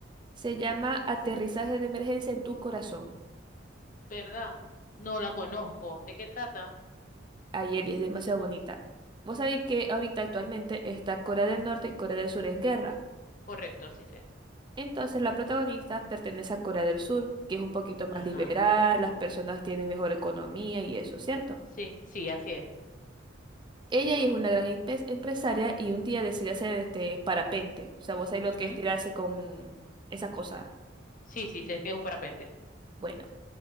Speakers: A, on the right; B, on the left.
A: Se llama Aterrizaje de emergencia en tu corazón.
B: ¿verdad? No la conozco. ¿De qué trata?
A: Ay, Eli, es demasiado bonita. Vos sabéis que ahorita actualmente está Corea
B: Ujú.
A: del Norte y Corea del Sur en guerra.
B: Correcto, sí sé.
A: Entonces, la protagonista pertenece a Corea del Sur, que es un poquito más
B: Ajá.
A: liberal, las personas tienen mejor economía y eso, ¿cierto?
B: Sí, sí, así es.
A: Ella y es una gran empe- empresaria y un día decide hacer este parapente. O sea, vos sabés lo
B: Ujú.
A: que es tirarse con esa cosa.
B: Sí, sí, sé que es un parapente.
A: Bueno,